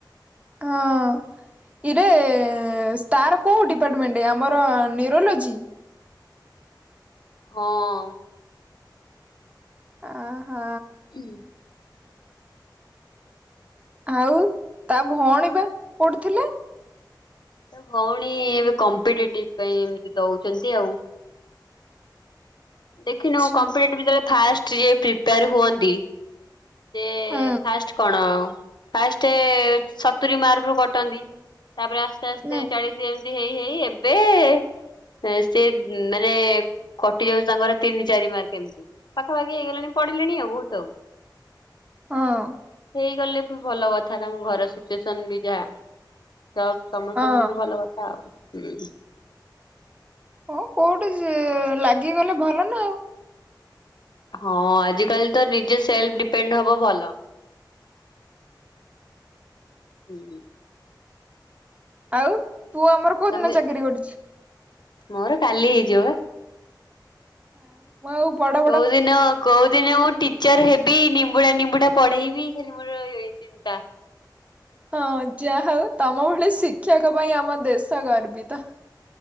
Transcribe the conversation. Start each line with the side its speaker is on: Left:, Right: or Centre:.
Right: ହଁ। ଇରେ ତାର କୋଉ ଡିପାର୍ଟମେଣ୍ଟ ଆମର ନ୍ୟୁରୋଲୋଜି?
Left: ହଁ।
Right: ଆ ହା।
Left: ହୁଁ।
Right: ଆଉ ତା ଭଉଣୀ ବା କୋଉଠି ଥିଲେ?
Left: ତ ଭଉଣୀ ଏବେ କମ୍ପିଟେଟିଭ ପାଇଁ ଏମ୍ ତି ଦଉଛନ୍ତି ଆଉ। ଦେଖିନଉଁ
Right: ଆଚ୍ଛା
Left: କମ୍ପିଟେଟିଭ ଦେଲେ ଫାଷ୍ ଟିକେ ପ୍ରିପେୟାର ହୁଅନ୍ତି। ସେ
Right: ହୁଁ
Left: ଫାଷ୍ଟ୍ କଣ ଫାଷ୍ଟେ ସତୁୁରୀ ମାର୍କ ରୁ କଟନ୍ତି ତାପରେ ଆସ୍ତେ ଆସ୍ତେ
Right: ହୁଁ
Left: ଚାଳିଶି ଏମ୍ ତି ହେଇ ହେଇ ଏବେ <unintelligible> ସେ ମାନେ କଟି ଯାଉଛି ତାଙ୍କର ତିନି ଚାରି ମାର୍କ ଏମିତି। ପାଖାପାଖି ହେଇଗଲାଣି ପଢ଼ିଲେଣି ଆଉ ବୋହୁତ୍ ଆଉ।
Right: ହଁ।
Left: ହେଇଗଲେ ବି ଭଲ କଥା ତାଙ୍କ ଘର ସିଚୁଏସନ୍ ବି ଯାହା। ସବ୍ ସମସ୍ତଙ୍କ
Right: ହଁ
Left: ସହିତ ଭଲ କଥା ଆଉ।
Right: ହଁ କୋଉଠି କି ଲାଗିଗଲେ ଭଲ ନା ଆଉ।
Left: ହଁ ଆଜିକାଲି ତ ନିଜେ ସେଲ୍ଫ ଡିପେଣ୍ଡ୍ ହବ ଭଲ। ହୁଁ।
Right: ଆଉ ତୁ ଆମର କୋଉଦିନ
Left: ତମେ
Right: ଚାକିରି କରୁଛୁ?
Left: ମୋର କାଲି ହେଇଯିବ ବା।
Right: ଆ ମୁଁ ଆଉ ବଡ଼
Left: କୋଉ ଦିନ କୋଉ ଦିନ ମୁଁ ଟି ଚର୍ ହେବି ନିମ୍ବୁଡ଼ା ନିମ୍ବୁଡ଼ା ପଢ଼େଇବି ଖାଲି ମୋର ଏଇ ଚିନ୍ତା।
Right: ହଁ ଯାହା ହଉ ତମ ଭଳି ଶିକ୍ଷକ ପାଇଁ ଆମ ଦେଶ ଗର୍ବିତ।